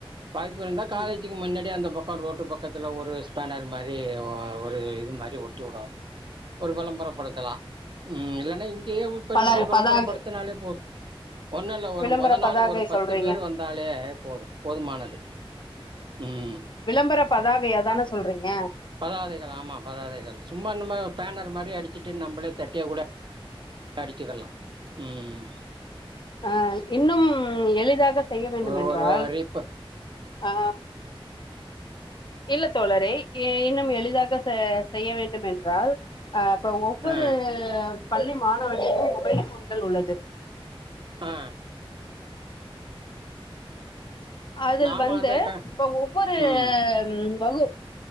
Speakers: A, on the right; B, on the left.
A: வாய்ப்பு இருந்தா காலேஜ்
B: ம்
A: க்கு முன்னாடி அந்த பக்கம் ரோட்டு பக்கத்துல ஒரு ஸ்பெனர் மாரி ஒரு இது மாரி ஒட்டி விடனு ஒரு விளம்பரப்படுத்தலா ம் இல்லைன்னா இங்கேயே பெரும்படிய
B: பல
A: விளம்பரப்படுத்தினாலே
B: பதாகை
A: போது ஒண்ணு இல்ல ஒரு
B: விளம்பர
A: மொத நாளு
B: பதாகை
A: ஒரு பத்து
B: சொல்றீங்க
A: பேர் வந்தாலே போது போதுமானது ம்
B: விளம்பர பதாகை அதான சொல்றீங்க
A: பதாதைகள் ஆமா பதாதைகள் சும்மா நம்ம பேனர் மாதிரி அடிச்சிட்டு நம்மளே தட்டியக்கூட அடிச்சுகல்லா ம்
B: அ இன்னும் எளிதாக செய்ய வேண்டும்
A: ஒரு-
B: என்றால்
A: ஒரு ரீப்பு
B: அ இல்ல தோழரே இன்னும் எளிதாக செய்ய வேண்டும் என்றால் அ இப்ப ஒவ்வொரு
A: ஆ
B: பள்ளி மாணவர்கள்டயு மொபைல் ஃபோன்கள் உள்ளது
A: ஆ
B: அதில்
A: நாம்
B: வந்து
A: அதை க
B: இப்ப ஒவ்வொரு
A: ம்
B: வகு